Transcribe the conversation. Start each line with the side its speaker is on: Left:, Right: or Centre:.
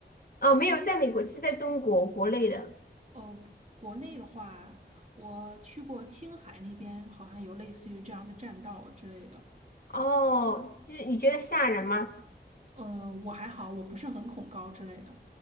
Left: 哦，没有，在美国，是在中国国内的。
Right: 哦，国内的话，我去过青海那边，好像有类似于这样的栈道之类的。
Left: 哦，就是你觉得吓人吗？
Right: 呃，我还好，我不是很恐高之类的。